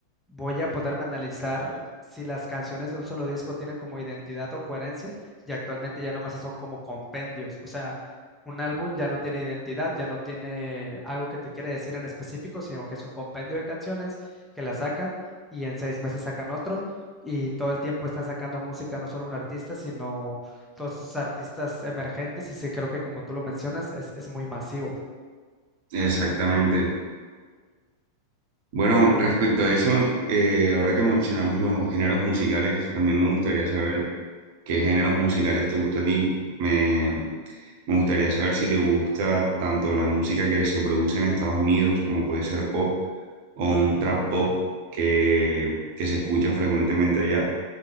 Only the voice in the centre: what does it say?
voy a poderme analizar si las canciones de un solo disco tienen como identidad o coherencia y actualmente ya nomás son como compendios, o sea, un álbum ya no tiene identidad, ya no tiene algo que te quiere decir en específico, sino que es un compendio de canciones que la sacan y en seis meses sacan otro y todo el tiempo están sacando música, no solo un artista, sino todos estos artistas emergentes y sí creo que como tú lo mencionas, es, es muy masivo.